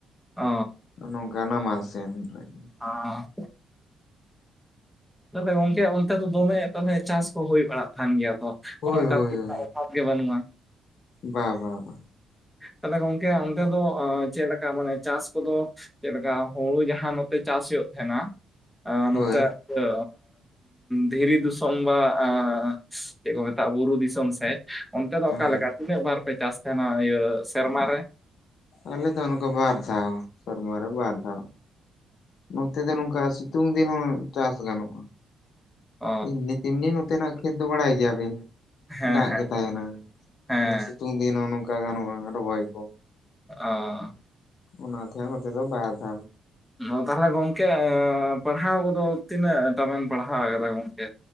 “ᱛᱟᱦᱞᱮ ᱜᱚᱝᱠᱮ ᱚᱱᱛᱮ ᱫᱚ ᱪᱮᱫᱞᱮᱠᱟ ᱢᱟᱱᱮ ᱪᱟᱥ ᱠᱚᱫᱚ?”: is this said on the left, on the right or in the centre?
Centre